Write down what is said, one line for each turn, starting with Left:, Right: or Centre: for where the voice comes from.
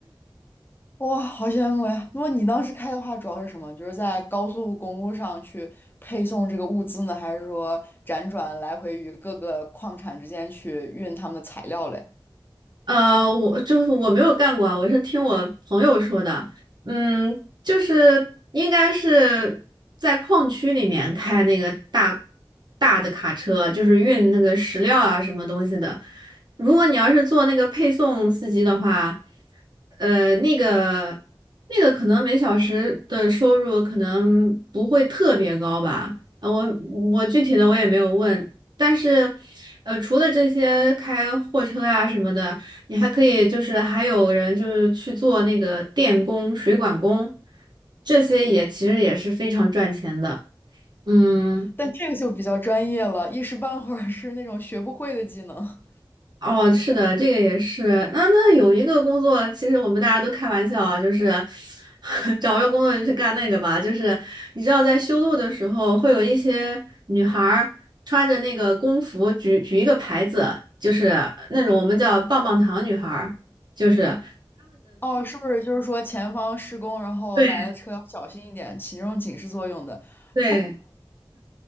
Left: 哇，好羡慕呀！那么你当时开的话，主要是什么？就是在高速公路上去配送这个物资呢，还是说辗转来回于各个矿产之间去运他们的材料嘞？
Right: 呃，我就是我没有干过啊，我是听我朋友说的，嗯，就是应该是在矿区里面开那个大大的卡车，就是运那个石料啊什么东西的。如果你要是做那个配送司机的话，呃，那个那个可能每小时的收入可能不会特别高吧，呃我我具体的我也没有问，但是，呃，除了这些开货车啊什么的。你还可以就是还有人就是去做那个电工、水管工，这些也其实也是非常赚钱的。嗯，
Left: 但这个就比较专业了，一时半会儿是那种学不会的技能。
Right: 哦，是的，这个也是。那那有一个工作，其实我们大家都开玩笑啊，就是 <laughs> 找着工作就去干那个吧。就是你知道，在修路的时候，会有一些女孩儿穿着那个工服举举一个牌子，就是那种我们叫棒棒糖女孩儿，就是
Left: 哦，是不是就是说前方施工，然后来的车要小心一点，
Right: 对
Left: 起那种警示作用的？<laughs>
Right: 对，